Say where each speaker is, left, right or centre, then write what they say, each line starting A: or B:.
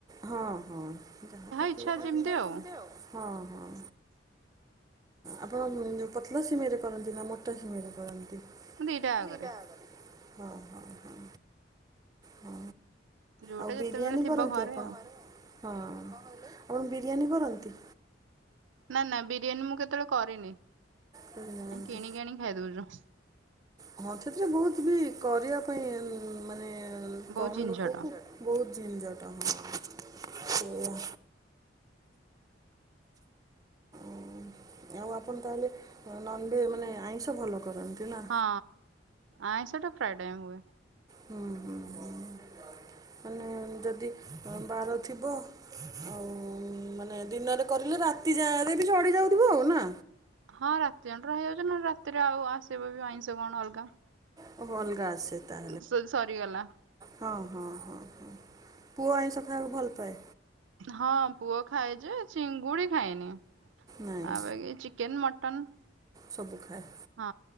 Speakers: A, on the right (about 20°); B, on the right (about 85°).
A: ହଁ ହଁ ଯାହା ପକେଇପାରିବେ।
B: ଇଚ୍ଛା
A: ତମ ଇଛା
B: ଆଉ
A: ଯେମିତି।
B: ମୁଁ
A: ହଁ ହଁ ଆପଣ ପତଳା ସିମେଇ ରେ କରନ୍ତି ନା ମୋଟା ସିମେଇରେ କରନ୍ତି?
B: ଦିଟା
A: ଦିଇଟା
B: କରେ।
A: ଯାଙ୍କରେ। ହଁ ହଁ ହଁ ହଁ
B: ଯୋଉଟା
A: ଆଉ
B: ଯେତେବେଳେ
A: ବିରିୟାନୀ
B: ଥିବ
A: କରନ୍ତି
B: ଘରେ
A: ଆପଣ?
B: ଆଉ
A: ହଁ, କଣ କହିଲେ? ଆପଣ ବିରିୟାନୀ କରନ୍ତି?
B: ନା ନା ବିରିୟାନୀ ମୁଁ କେତେବେଳେ କରିନି,
A: କରିନାହାନ୍ତି।
B: କିଣିିକି ଆଣିକି ଖାଇଦେଉଛୁ।
A: ହଁ ସେଥିରେ ବହୁତ ବି କରିବା ପାଇଁ ମାନେ
B: ବହୁତ
A: କମ
B: ଝିନଝଟ
A: ଲୋକକୁ ବହୁତ ଝିଂଝଟ, ହଁ ସେଇଆ। ଓ ଆଉ ଆପଣ ତାହେଲେ ନ ମାନେ ଆଇଁଷ ଭଲ କରନ୍ତି ନା?
B: ହଁ ଆଇଁଷଟା ପ୍ରାୟ ଟାଇମ ହୁଏ।
A: ହୁଁ ହୁଁ ହୁଁ ମାନେ ଯଦି ବାର ଥିବ ଆଉ ମାନେ ଦିନରେ କରିଲେ ରାତି ଯାଏଁ ହେଲେବି ଚଳି ଯାଉଥିବ ଆଉ ନା?
B: ହଁ ରାତି ଅଣ୍ଟରେ ହେଇଯାଉଛି ନା ରାତିରେ ଆଉ ଆସିବ ବି ଆଇଁଷ କଣ ଅଲଗା।
A: ସବୁ ଅଲଗା ଆସେ ତାହ
B: ସୋ ସରିଗଲା
A: ହଁ ହଁ ହଁ ପୁଅ ଆଇଁଷ ଖାଇବାକୁ ଭଲ ପାଏ?
B: ହଁ ପୁଅ ଖାଏ ଯେ ଚିଙ୍ଗୁଡି ଖାଏନି
A: ନାଇଁ
B: ଆଉ ବାକି ଚିକ୍ କେନ୍ ମଟନ୍
A: ସବୁ ଖାଏ।
B: ହଁ